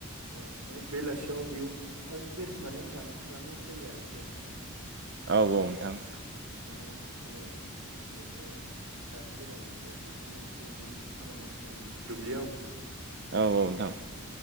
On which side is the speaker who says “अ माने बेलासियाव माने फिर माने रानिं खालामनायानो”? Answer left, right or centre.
Right